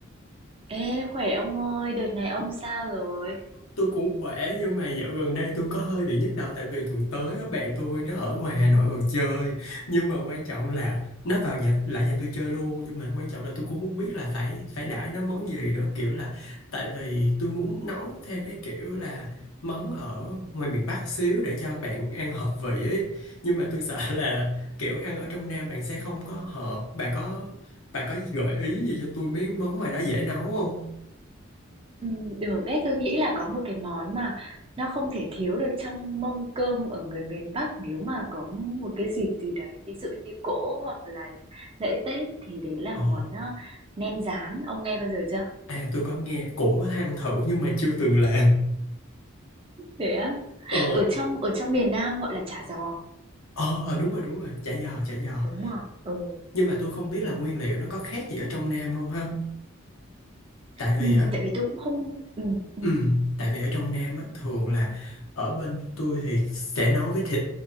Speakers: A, on the right (about 25°); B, on the left (about 80°).
A: Ê, khỏe ông ơi, đợt này ông sao rồi?
B: Tôi cũng khỏe nhưng mà dạo gần đây tôi có hơi bị nhức đầu tại vì tuần tới á, bạn tôi nó ở ngoài Hà Nội vào chơi nhưng mà quan trọng là nó vào nhà lại nhà tôi chơi luôn nhưng mà quan trọng là tôi cũng không biết là phải phải đãi nó món gì nữa kiểu là tại vì tôi muốn nấu theo cái kiểu là món ở ngoài miền Bắc xíu để cho bạn ăn hợp vị ấy nhưng mà tôi sợ <laughs> là kiểu ăn ở trong Nam bạn sẽ không có hợp bà có bà có gợi ý gì cho tôi mấy món ngoài đó dễ nấu không?
A: Ừ, được đấy, tôi nghĩ là có một cái món mà nó không thể thiếu được trong mâm cơm ở người miền Bắc nếu mà có một cái dịp gì đấy, ví dụ như cỗ hoặc là lễ Tết thì đấy là
B: Ờ,
A: món à, nem rán, ông nghe bao giờ chưa?
B: à tôi có nghe cũng có than thử nhưng mà chưa từng làm.
A: Thế á?
B: Ờ,
A: Ở trong ở trong miền Nam gọi là chả giò,
B: ờ ờ, đúng rồi đúng rồi, chả giò chả giò.
A: đúng không? Ừ.
B: Nhưng mà tôi không biết là nguyên liệu nó có khác gì ở trong Nam không ha? Tại vì
A: Ừ,
B: á
A: tại vì tôi cũng không ừ, ừ,
B: Ừ, tại vì ở trong Nam á, thường là ở bên tôi thì sẽ nấu với thịt